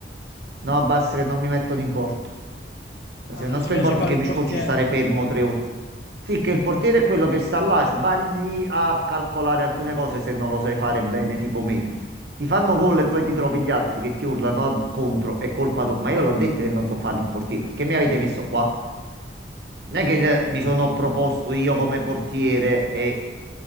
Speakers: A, on the right; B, on the left.
A: No, basta che non mi mettono in porto. Ma
B: Ah,
A: se
B: non
A: non
B: ti
A: sto
B: piace
A: in porto
B: fare
A: è che
B: il
A: mi
B: portiere?
A: scocci stare fermo tre ore. Sì, che il portiere è quello che sta là, sbagli a calcolare alcune cose se non lo sai fare bene, tipo me. Ti fanno gol e poi ti trovi gli altri che ti urlano contro, è colpa tua. Ma io l'ho detto che non so fare il portiere, perché mi avete messo qua? Non è che
B: In
A: eh, mi
B: effetti...
A: sono proposto io come portiere e...